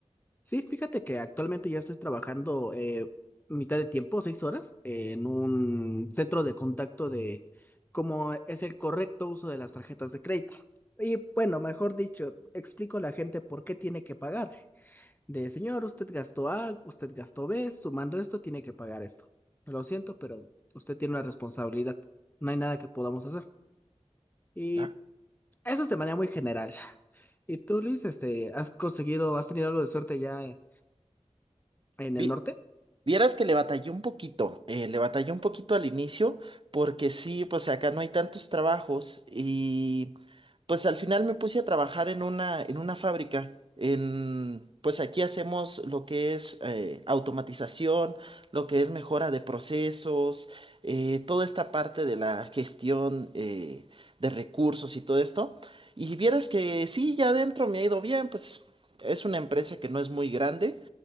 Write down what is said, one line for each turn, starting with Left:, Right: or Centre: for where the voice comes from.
Left: Sí, fíjate que actualmente ya estoy trabajando eh, mitad de tiempo, seis horas, en un centro de contacto de cómo es el correcto uso de las tarjetas de crédito. Y bueno, mejor dicho, explico a la gente por qué tiene que pagar. De, señor, usted gastó A, usted gastó B, sumando esto tiene que pagar esto. Lo siento, pero usted tiene una responsabilidad. No hay nada que podamos hacer. Y
Right: Ah,
Left: eso es de manera muy general. ¿Y tú, Luis, este, has conseguido, has tenido algo de suerte ya en el
Right: vi-
Left: norte?
Right: Vieras que le batallé un poquito, eh, le batallé un poquito al inicio, porque sí, pues acá no hay tantos trabajos y pues al final me puse a trabajar en una, en una fábrica. En, pues aquí hacemos lo que es eh, automatización, lo que es mejora de procesos, eh, toda esta parte de la gestión eh, de recursos y todo esto. Y vieras que sí, ya adentro me ha ido bien, pues es una empresa que no es muy grande.